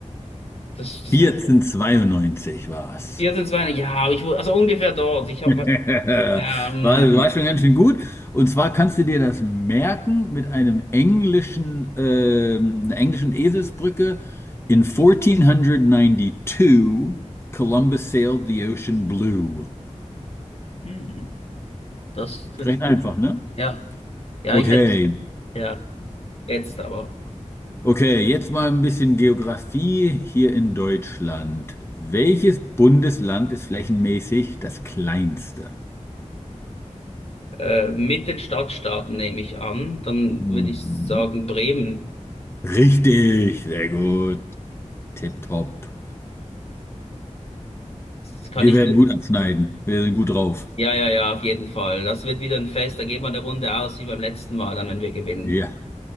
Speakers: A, on the left (about 55°); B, on the left (about 20°).
A: Das, das
B: 1492
A: muss
B: war es.
A: 1492, ja, aber ich wurde, also ungefähr dort.
B: <laughs>
A: Ich habe,
B: War,
A: ja, ähm,
B: war schon ganz schön gut. Und zwar kannst du dir das merken mit einem englischen, ähm, einer englischen Eselsbrücke. In 1492, Columbus sailed the ocean blue.
A: hm, das, fünf-
B: Recht einfach, ne?
A: ja, ja,
B: Okay.
A: ich hätte, ja, jetzt aber.
B: Okay, jetzt mal ein bisschen Geografie hier in Deutschland. Welches Bundesland ist flächenmäßig das kleinste?
A: Äh, mit den Stadtstaaten nehme ich an. Dann
B: Mhm.
A: würde ich sagen Bremen. <laughs>
B: Richtig, sehr gut. Tipptopp.
A: Das kann
B: Wir
A: ich
B: werden
A: dir.
B: gut abschneiden. Wir sind gut drauf.
A: Ja, ja, ja, auf jeden Fall. Das wird wieder ein Fest. Da gehen wir eine Runde aus wie beim letzten Mal, dann wenn wir gewinnen.
B: Ja.